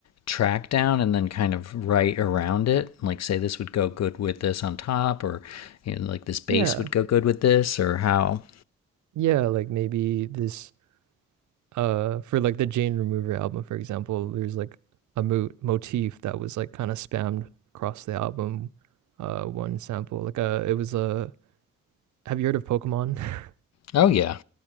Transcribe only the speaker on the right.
Yeah.
Yeah, like maybe this uh for like the Jane Remover album, for example, there's like a mo motif that was like kind of spammed across the album uh one sample. Like uh it was a have you heard of Pokemon? <laughs>